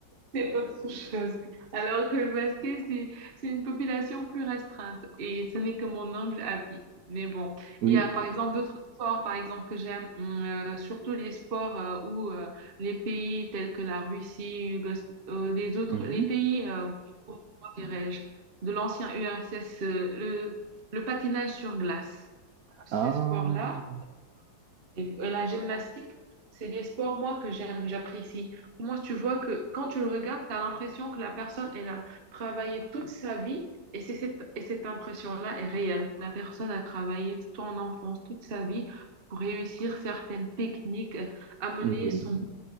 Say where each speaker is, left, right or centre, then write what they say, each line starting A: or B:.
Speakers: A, on the right; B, on the right.
A: c'est autre chose. Alors que le basket, c'est, c'est une population plus restreinte. Et ce n'est que mon humble avis. Mais bon,
B: Oui.
A: il y a par exemple d'autres sports, par exemple, que j'aime, hum, euh, surtout les sports euh, où euh, les pays tels que la Russie, Yougos- euh, les autres,
B: Mhm.
A: les pays, euh, comment dirais-je, de l'ancien URSS, euh, le, le patinage sur glace. Ces
B: Ah,
A: sports-là, et, et la gymnastique, c'est les sports, moi, que j'aime, j'apprécie. Moi, tu vois que quand tu le regardes, tu as l'impression que la personne, elle a travaillé toute sa vie et c'est cette, et cette impression-là est réelle. La personne a travaillé ton enfance, toute sa vie pour réussir certaines techniques, euh, amener
B: oui,
A: son